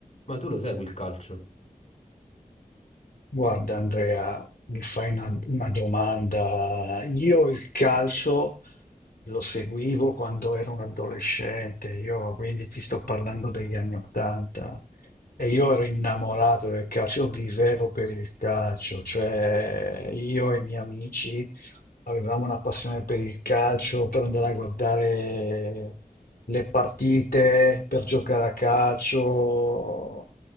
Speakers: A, on the left; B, on the left.
A: Ma tu lo segui il calcio?
B: Guarda Andrea, mi fai una, una domanda. Io il calcio lo seguivo quando ero un adolescente, io quindi ti sto parlando degli anni Ottanta e io ero innamorato del calcio, io vivevo per il calcio, cioè io e i miei amici avevamo una passione per il calcio, per andare a guardare le partite, per giocare a calcio.